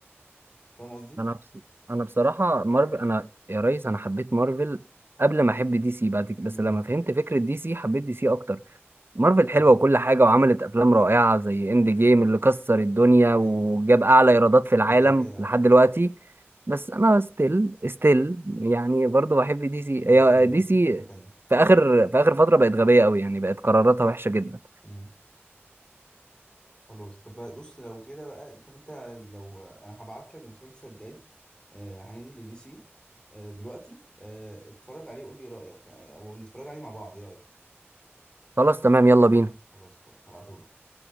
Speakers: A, on the left (about 20°); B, on the right (about 55°).
A: فاهم قصدي
B: انا بص... انا بصراحه مارفل انا يا ريس انا حبيت مارفل قبل ما احب دي سي بعد كده
A: امم
B: بس لما فهمت فكره دي سي حبيت دي سي اكتر مارفل حلوه
A: ايوه
B: وكل حاجه وعملت افلام رائعه زي اند جيم اللي كسر الدنيا
A: ايوه
B: وجاب
A: ايوه
B: اعلى ايرادات في العالم
A: ده كده كده
B: لحد
A: اه
B: دلوقتي بس انا ستيل ستيل يعني برضه بحب دي سي
A: دي
B: هي
A: سي
B: دي
A: آه،
B: سي
A: حتة تانية
B: في اخر في اخر فتره بقت غبيه قوي يعني بقت قراراتها وحشه جدا
A: امم خلاص طب بقى- بص لو كده بقى طب انت لو انا هبعت لك مسلسل جاي آه، هينزل لدي سي آه، دلوقتي آه، اتفرج عليه وقول لي رأيك آه، او نتفرج عليه مع بعض ايه رأيك
B: خلاص تمام يلا بينا
A: خلاص فل هبعته لك